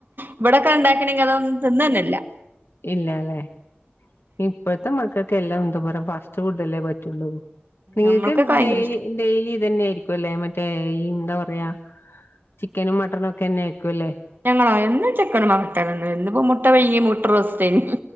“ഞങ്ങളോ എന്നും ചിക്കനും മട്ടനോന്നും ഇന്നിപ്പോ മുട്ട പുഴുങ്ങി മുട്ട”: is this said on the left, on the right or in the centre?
Right